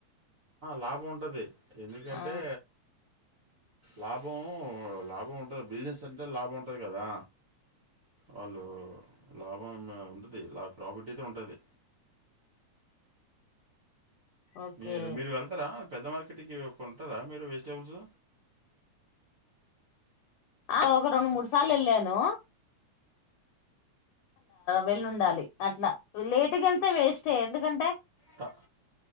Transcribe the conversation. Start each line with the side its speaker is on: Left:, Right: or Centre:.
Right: లాభం ఉంటది ఎందుకంటే
Left: ఆ
Right: లాభం లాభం ఉంటది బిజినెస్ అంటే లాభం ఉంటది కదా వాళ్ళు లాభం ఉంటది లాభ ప్రాపర్టీ అయితే ఉంటది
Left: ఓకే
Right: మీరు మీరు వెళ్తారా పెద్ద మార్కెట్కి కొంటారా మీరు వెజిటేబుల్స్
Left: ఆ ఒక రెండు మూడు సార్లు వెళ్ళాను వెళ్ళి ఉండాలి అట్లా లేటుకి వెళ్తే వేస్ట్ ఏ ఎందుకంటే
Right: ట-